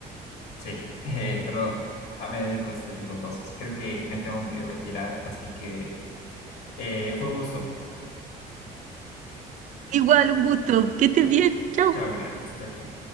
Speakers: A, on the left (about 70°); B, on the right (about 45°).
A: sí, <laughs> eh, pero ah, me dedico a este tipo de cosas. Creo que me tengo que retirar, así que eh, fue un gusto.
B: Igual, un gusto. Que estés
A: Chao.
B: bien. Chau.
A: Chao, Gladys. Chao, chao.